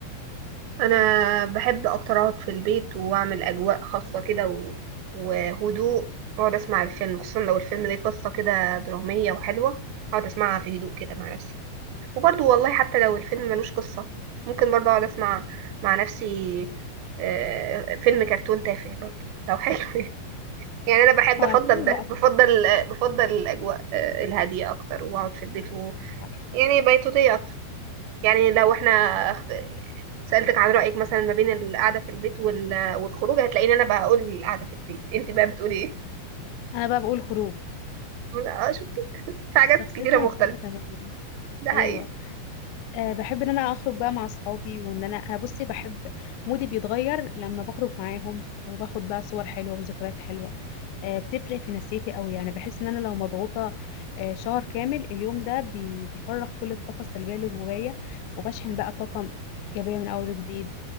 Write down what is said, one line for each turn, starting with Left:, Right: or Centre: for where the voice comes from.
Right: انا بحب اكتر اقعد في البيت واعمل اجواء خاصه كده و... وهدوء واقعد اسمع الفيلم خصوصا لو الفيلم ليه قصه كده دراميه وحلوه اقعد اسمعها في هدوء كده مع نفسي وبرضو والله حتى لو الفيلم ملوش قصه ممكن برضو اقعد اسمع مع نفسي آه، فيلم كرتون تافه برضو لو حلو <laughs> يعني انا بحب
Left: اه
Right: افضل
Left: هتسلي
Right: ده
Left: وقتك
Right: بفضل بفضل الاجواء آه، الهاديه اكتر واقعد في البيت و...
Left: صح
Right: يعني بيتوتيه اكتر يعني لو احنا اخت- سألتك عن رأيك مثلا ما بين القعدة في البيت وال- والخروج هتلاقيني انا بقول القعدة في البيت انت بقى بتقولي ايه
Left: انا بقى بقول خروج
Right: لا اه شفتي في
Left: شخصيتنا
Right: حاجات كتيرة مختلفة
Left: مختلفة تماما
Right: ده حقيقي
Left: ايوه أه بحب ان انا اخرج بقى مع اصحابي وان انا انا بصي بحب مودي بيتغير لما بخرج معاهم وباخد بقى صور حلوة وذكريات حلوة أه بتفرق في نفسيتي قوي يعني بحس ان انا لو مضغوطة أه شهر كامل اليوم ده بي- بيفرغ كل الطاقة السلبية اللي جوايا وبشحن بقى طاقة ايجابية من اول وجديد